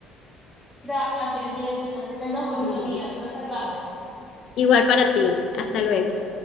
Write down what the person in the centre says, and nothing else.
Gracias, Jessica, que tengas bonito
día, me estás salvando.